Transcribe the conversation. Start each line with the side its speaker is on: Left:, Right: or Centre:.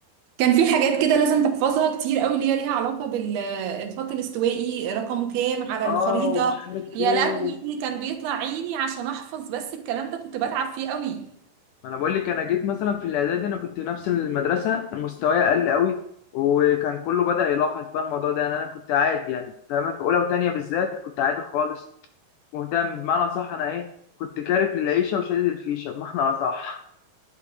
Right: كان في حاجات كده لازم تحفظها كتير قوي اللي هي ليها علاقة بالخط الاستوائي رقمه كام على الخريطة
Left: آه ومش عارف
Right: يا
Left: إيه
Right: لهوي
Left: و...
Right: كان بيطلع عيني عشان احفظ بس الكلام ده كنت بتعب فيه قوي
Left: ما أنا بقول لك أنا جيت مثلا في الإعدادي أنا كنت نفس المدرسة مستواي أقل أوي وكان كله بدأ يلاحظ بقى الموضوع ده يعني أنا كنت عادي يعني فاهمة في أولى وتانية بالذات كنت عادي خالص مهتم بمعنى صح أنا إيه كنت كارف للعيشة وشادد الفيشة بمعنى أصح